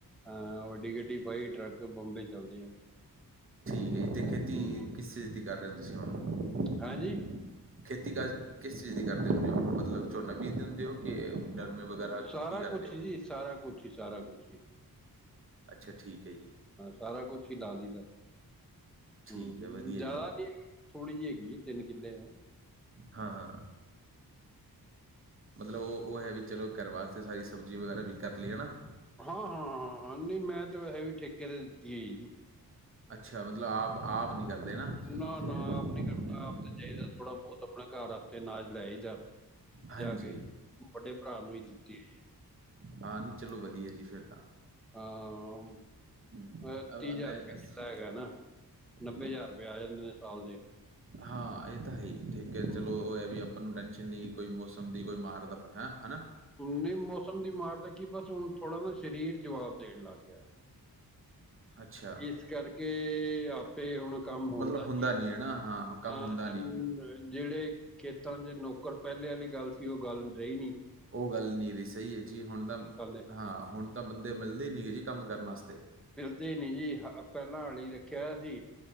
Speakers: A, in the centre; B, on the right.
A: ਆ ਵੱਡੀ ਗੱਡੀ ਪਾਈ ਟਰੱਕ, ਬੰਬੇ ਚੱਲਦੇ ਆ।
B: ਨਹੀ ਤੇ ਖੇਤੀ,
A: ਹੂੰ
B: ਕਿਸ ਚੀਜ਼ ਦੀ ਕਰ ਰਹੇ ਓ ਤੁਸੀਂ ਹੁਣ।
A: ਹਾਂਜੀ
B: ਖੇਤੀ ਕਾਜ, ਕਿਸ ਚੀਜ਼ ਦੀ ਕਰਦੇ ਹੁੰਨੇ ਓ ਮਤਲਬ, ਝੋਨਾ ਬੀਜਦੇ ਹੁੰਦੇ ਓ ਕਿ ਨਰਮੇ ਵਗੈਰਾ, ਕੀ
A: ਸਾਰਾ
B: ਕਰਦੇ
A: ਕੁਛ
B: ਓ।
A: ਹੀ ਜੀ ਸਾਰਾ ਕੁਸ਼ ਈ, ਸਾਰਾ ਕੁਸ਼ ਈ।
B: ਅੱਛਾ, ਠੀਕ ਏ ਜੀ।
A: ਸਾਰਾ ਕੁੱਛ ਈ ਲਾ ਲੀ ਦਾ,
B: ਠੀਕ
A: ਹਮ
B: ਹੈ ਵਧੀਆ
A: ਜ਼ਿਆਦਾ
B: ਜੀ
A: ਤੇ ਥੋੜੀ ਜੀ ਹੈਗੀ ਐ, ਤਿੰਨ ਕਿੱਲੇ ਐਂ।
B: ਹਾਂ-ਹਾਂ। ਮਤਲਬ ਉਹ-ਉਹ ਹੈ ਵੀ ਚਲੋ, ਘਰ ਵਾਸਤੇ ਸਾਰੀ ਸਬਜ਼ੀ ਵਗੈਰਾ ਵੀ ਕਰ ਲਈ ਹਨਾ।
A: ਹਾਂ-ਹਾਂ, ਹਾਂ-ਹਾਂ, ਨਹੀਂ ਮੈਂ ਤੇ ਵੈਹੇ ਵੀ ਠੇਕੇ ਤੇ ਦਿੱਤੀ ਹੋਈ ਜੀ।
B: ਅੱਛਾ ਮਤਲਬ, ਆਪ-ਆਪ ਨੀ ਕਰਦੇ ਨਾ।
A: ਨਾ-ਨਾ ਆਪ
B: ਹਮ,
A: ਨੀ ਕਰਦਾ, ਆਪ ਤੇ ਚਹੀਦਾ ਥੋੜਾ ਬਹੁਤ ਆਪਣੇ ਘਰ ਵਾਸਤੇ ਅਨਾਜ ਲੈਈਦਾ।
B: ਹਾਂਜੀ
A: ਜਾ ਕੇ ਵੱਡੇ ਭਰਾ ਨੂੰ ਈ ਦਿੱਤੀ ਐ ਜੀ।
B: ਹਾਂਜੀ, ਚਲੋ ਵਧੀਆ ਜੀ ਫੇਰ ਤਾਂ।
A: ਹਾਂ।
B: ਹਮ,
A: ਵੈਹੇ,
B: ਅ-
A: ਤੀਹ
B: ਅ
A: ਜ਼ਾਰ
B: ਮੈਂ
A: ਰਪੈ
B: ਅਸੀਂ
A: ਕਿੱਲਾ ਹੈਗਾ ਨਾ, ਨੱਬੇ
B: ਕਿੰਨੇ
A: ਜ਼ਾਰ ਰਪੇ ਆ ਜਾਂਦੇ ਨੇ ਸਾਲ ਦੇ।
B: ਹਾਂ ਇਹ ਤਾਂ ਹੈ ਈ, ਠੀਕ ਐ
A: ਹੂੰ
B: ਚਲੋ, ਉਹ ਇਹ ਵੀ ਆਪਾਂ ਨੂੰ ਟੈਨਸ਼ਨ ਨਹੀਂ, ਕੋਈ ਮੌਸਮ ਦੀ, ਕੋਈ ਮਾਰਦਾ ਆਪ ਹੈ ਹਨਾ।
A: ਨਹੀਂ ਮੌਸਮ ਦੀ ਮਾਰ ਦਾ ਕੀ ਬਸ, ਹੁਣ ਥੋੜਾ ਨਾ ਸਰੀਰ ਜਵਾਬ ਦੇਣ ਲੱਗ ਗਿਆ।
B: ਅੱਛਾ
A: ਇਸ ਕਰਕੇ ਆਪੇ ਹੁਣ ਕੰਮ
B: ਮਲਬ
A: ਨਹੀਂ
B: ਹੁੰਦਾ ਨੀ ਐ ਨਾ, ਹਾਂ। ਕੰਮ
A: ਹਾਂ
B: ਹੁੰਦਾ
A: ਤੇ
B: ਨੀ
A: ਜਿਹੜੇ ਖੇਤਾਂ 'ਚ ਨੌਕਰ ਪੈਲੇ ਆਲੀ ਗੱਲ ਸੀ ਕਿ ਉਹ ਗੱਲ ਹੁਣ ਰਹੀ ਨੀ।
B: ਓਹ ਗੱਲ ਨੀ ਰਈ, ਸਹੀ ਐ ਜੀ, ਹੁਣ ਤਾਂ
A: ਕਰਨੇ
B: ਹਾਂ ਹੁਣ ਤਾਂ ਬੰਦੇ ਮਿਲਦੇ ਨੀਗੇ ਜੀ, ਕੰਮ ਕਰਨ ਆਸਤੇ।
A: ਨਹੀਂ-ਨਹੀਂ ਜੀ, ਪਹਿਲਾਂ ਹਾਲੀ ਰੱਖਿਆ ਹੋਇਆ ਸੀ,